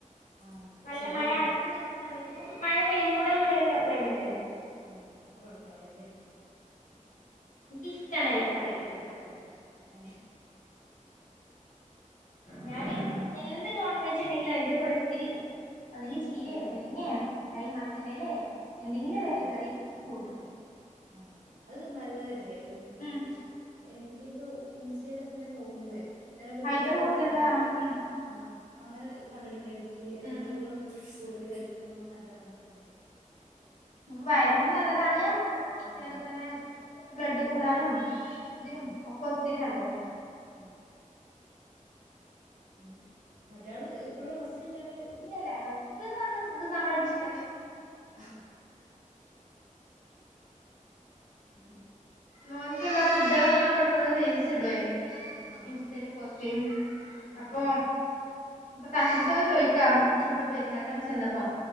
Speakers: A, on the right (about 70°); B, on the left (about 75°).
A: ആ
B: നല്ല
A: ശരിയാണല്ലോ
B: മഴ അടച്ചു നിൽക്കുന്ന സമയത്ത് ഇപ്പം മഴം മെയിലും കൂടെ കൂടിയാലും നല്ല ക്ലൈമറ്റ്ല്ലേ
A: ആ അപ്പൊ കൊഴപ്പണ്ടാവില്ലല്ലേ
B: എനിക്കിഷ്ടാണ് ഇലക്കറി കഴിക്കണത്
A: അ
B: ഞാന് എന്ത് നോൺവെജ് ചണ്ടെങ്കില് അതിന്റെ കുടത്തിരി വന്നെങ്കി ചീരയോ
A: പച്ചക്കറി
B: മുരിങ്ങയൊ
A: ഉം
B: അല്ലെങ്കി മത്തൻ്റെലയോ എന്തെങ്കിലും
A: ആ
B: ഇലക്കറി കൂട്ടും
A: ആ അത് നല്ലതല്ലേ ഏ
B: ഉം
A: എ എന്തോ ഇൻസ്റ്റയിലൊക്കെ ഇങ്ങനെ നോക്കുമ്പളേ ഞാന ഒരു
B: ഫൈബർ
A: പോസ്റ്റിൽ ഇങ്ങനെ
B: കൂടുതലുള്ളതാണോ
A: കണ്ട്
B: ഉം
A: ആ അങ്ങനെ കണ്ടിട്ടുണ്ടായിരുന്നു ഈ ഇലക്കറികളൊക്കെ
B: ഉം ഉം
A: കൂടുതൽ കഴിക്കുന്നത് നല്ലതാന്നൊക്കെ
B: നമുക്ക് <unintelligible>
A: ഉം
B: തന്നെ ബ്ലഡ് കൂടാനും ഇതിനും
A: ആ
B: ഒക്ക ഒത്തിരി നല്ലതാ
A: ഉം ഉ മറ്റാള് ഇപ്പഴും റസ്റ്റല്ലാതെ
B: ഇല്ലല്ല റസ്റ്റ് ഇത് നമ്മുടെഷ്ട
A: ആ ഉ
B: മോനിക്കുള്ള ഫുഡ അങ്ങനെ കൊടുക്കത് റീൽസ് ഇടേ
A: ആ
B: ഇൻസ്റ്റൽ പോസ്റ്റും
A: ആ
B: അപ്പൊ
A: ആ
B: ഇപ്പൊ കസിൻസ്ൊക്കെ ചോദിക്കാം ഇപ്പൊ പെരുന്നാളിിനൊക്കെ ചെന്നപ്പോ